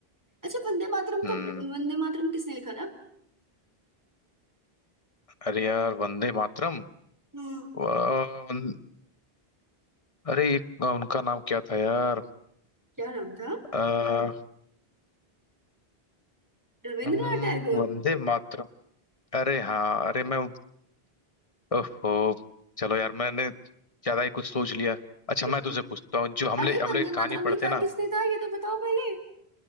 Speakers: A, on the right; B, on the left.
A: अच्छा वंदे मातरम
B: हम्म
A: का वंदे मातरम किसने लिखा था
B: अरे यार वंदे मातरम
A: हाँ
B: वा- वन- अरे एक उनका नाम क्या था यार
A: क्या नाम था
B: अ,
A: रविंद्रनाथ
B: हम्म,
A: टैगोर
B: वंदे मातरम अरे हाँ अरे मैं ओहो चलो यार मैंने ज्यादा ही कुछ सोच लिया अच्छा
A: बचपन-
B: मैं तुझसे पूछता हूँ जो हमले
A: अरे
B: हमले
A: वंदे
B: कहानी
A: मातरम
B: पढ़ते
A: लिखा
B: हैं ना
A: किसने था ये तो बताओ पहले